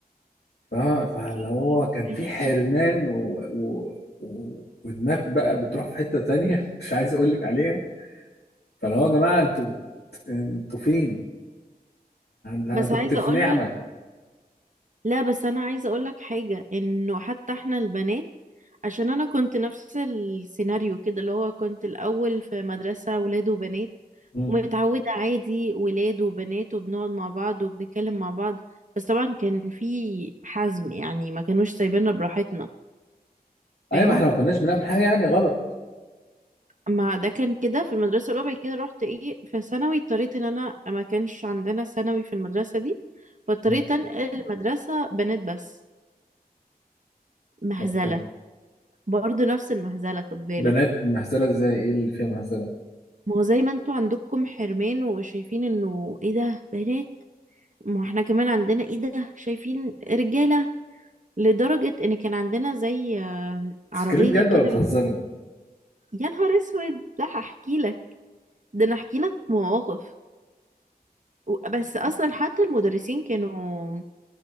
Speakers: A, on the left; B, on the right.
A: ف-
B: اوكي
A: فاللي هو كان
B: <laughs>
A: في حرمان و... و... و... ودماغ بقى بتروح في حته تانية <laughs> مش عايز اقول لك عليها فاللي هو يا جماعه انتوا انتوا فين ده
B: بس
A: انا كنت
B: عايزة
A: في
B: اقولك
A: نعمه
B: لا بس انا عايزة اقولك حاجة انه حتى احنا البنات عشان انا كنت نفس السيناريو كده اللي هو كنت الاول في مدرسة ولاد وبنات
A: مم.
B: ومتعودة عادي ولاد وبنات وبنقعد مع بعض وبنتكلم مع بعض بس طبعا كان في حزم يعني ما كانوش سايبيننا براحتنا
A: ايوه
B: فاهم
A: ما احنا ما كناش بنعمل حاجه يعني غلط
B: ما ده كان كده في المدرسة الأولى بعد كده رحت إيه في ثانوي اضطريت إن أنا ما كانش عندنا ثانوي في المدرسة دي فاضطريت
A: مم.
B: أنقل المدرسة بنات بس مهزلة
A: اوكي
B: برضه نفس المهزلة خد بالك
A: بنات مهزله ازاي ايه اللي فيها مهزله
B: ما هو زي ما انتوا عندكم حرمان وشايفين إنه إيه ده بنات ما احنا كمان عندنا إيه ده شايفين رجالة لدرجة إن كان عندنا زي آه،
A: بتتكلمي
B: عربية
A: بجد
B: كده
A: ولا بتهزري
B: يا نهار أسود لا هحكي لك ده أنا هحكي لك مواقف و- بس أصلا حتى المدرسين كانوا